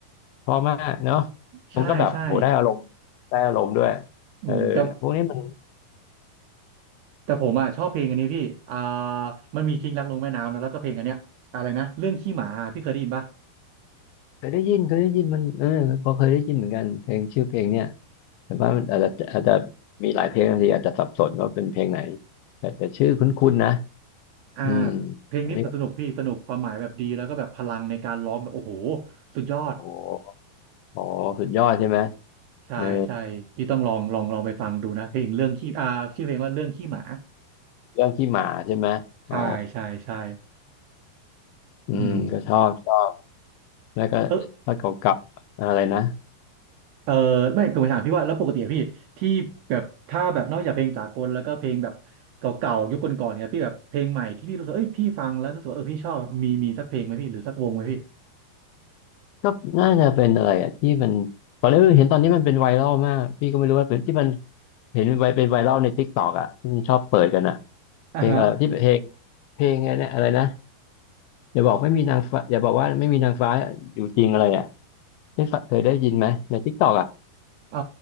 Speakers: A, on the left; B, on the right.
A: เพอมากเนาะ
B: ใช่ใช่
A: มันก็แบบโหได้อารมณ์ได้อารมณ์ด้วย
B: อืมแต่
A: เออเนี่ยพวกนี้มัน
B: แต่ผมอ่ะชอบเพลงอันนี้พี่อ่ามันมีทิ้งรักลงแม่น้ำนะแล้วก็เพลงอันเนี้ยอะไรนะเรื่องขี้หมาพี่เคยได้ยินปะ
A: เคยได้ยินเคยได้ยินมันเออพอเคยได้ยินเหมือนกันเพลงชื่อเพลงเนี่ย แต่ว่ามันอาจจะอาจจะมีหลายเพลงบางทีอาจจะสับสนว่าเป็นเพลงไหนแต่แต่ชื่อคุ้นๆนะ
B: อ่า
A: อืม
B: เพลงนี้สนุกพี่สนุกความหมายแบบดีแล้วก็แบบพลังในการร้องแบบโอ้โห
A: อันนี้ก็
B: สุดยอด
A: โอ้โหอ๋อสุดยอดใช่ไหม
B: ใช่ใช่พี่ต้องลองลองลองไปฟังดูนะเพลงเรื่องขี้อ่าชื่อเพลงว่าเรื่องขี้หมา
A: เออเรื่องขี้หมาใช่ไหมอ๋อ
B: ใช่ใช่ใช่
A: อืมก็ชอบชอบ
B: อืม
A: แล้วก็ถ้าเก่าๆอะไรนะ
B: เออ เออไม่คือผมถามพี่ว่าแล้วปกติอะพี่ที่แบบถ้าแบบนอกจากเพลงสากลแล้วก็เพลงแบบเก่าๆยุคก่อนๆเนี่ยพี่แบบเพลงใหม่ที่พี่รู้สึกเอ้ยพี่ฟังแล้วรู้สึกว่าเออพี่ชอบมีมีสักเพลงไหมพี่หรือสักวงไหมพี่
A: ก็น่าจะเป็นอะไรอ่ะที่มันตอนนี้เห็นตอนนี้มันเป็นไวรัลมากพี่ก็ไม่รู้ว่าเป็นที่มันเห็นไวเป็นไวรัลใน t ิ k กต k อกอ่ะที่มันชอบเปิดกันอ่ะ
B: อ่าฮะ
A: เพลงอะไรที่เพลงเพลงอะไรเนี่ยอะไรนะ อย่าบอกไม่มีนางฟ้าอย่าบอกว่าไม่มีนางฟ้าอยู่จริงอะไรอ่ะได้ฟงเคยได้ยินไหมในทิกตอกอ่ะ
B: เอ่อ